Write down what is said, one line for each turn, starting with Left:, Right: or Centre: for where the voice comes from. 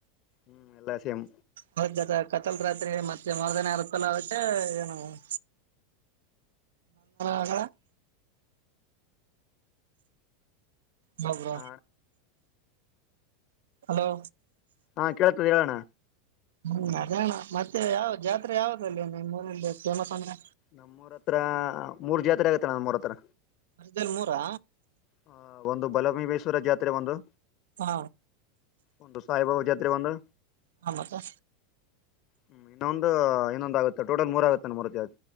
Left: ಹ್ಮ್ ಎಲ್ಲಾ ಸೇಮ್
Right: ಹೌದು ದಾದಾ ಕಥಲ್ ರಾತ್ರಿ ನೆ ಮತ್ತ್ ಜಮರ್ದನೆರತಲ್ಲದಕ್ಕೆೆ ಏನುಂದ ಅಡ ಹೌಬ್ರ
Left: ಹ
Right: ಹಲೋ
Left: ಹಾ ಕೇಳ್ತದ ಹೇಳೋಣ
Right: ಹ್ಮ್ ಅದಣ ಮತ್ತೆ ಯಾವ ಜಾತ್ರೆ ಯಾವ್ದಲ್ಲಿ ನಿಮ್ಮ್ ಊರನ್ನಲ್ಲಿ ಫೇಮಸ್ ಅಂದ್ರೆ
Left: ನಮ್ಮೂರತ್ರ ಮೂರ್ ಜಾತ್ರೆ ಆಗತ್ತೆ ನ್ ಮೂರ್ ಹತ್ರ
Right: ವರ್ದಲ್ಲಿ ಮೂರಾ
Left: ಹ ಒಂದು ಬಲಮ ಬೀರೇಶ್ ಪುರುದ್ ಜಾತ್ರೆ ಒಂದು
Right: ಹಾ
Left: ಒಂದು ಸಹಬಾಬ ಜಾತ್ರಿ ಬಂದ
Right: ಹ ಮತ್ತೆ
Left: ಹ್ಮ್ ಇನ್ನೊಂದು ಇನ್ನೊಂದುಆಗುತ್ತೆ ಟೋಟಲ್ ಮೂರ ಆಗುತ್ತೆ ನ ಮರಕ್ಕೆದು